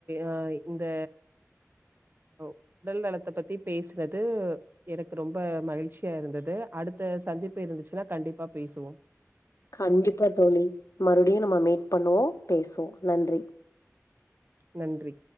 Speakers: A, on the right (about 40°); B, on the left (about 75°).
A: அ இந்த உடல் நலத்தை பத்தி பேசுனது எனக்கு ரொம்ப மகிழ்ச்சியா இருந்தது அடுத்த சந்திப்பு இருந்துச்சுன்னா கண்டிப்பா பேசுவோம்
B: கண்டிப்பா தோழி மறுபடியும் நம்ம மீட் பண்ணுவோம் பேசுவோம் நன்றி
A: நன்றி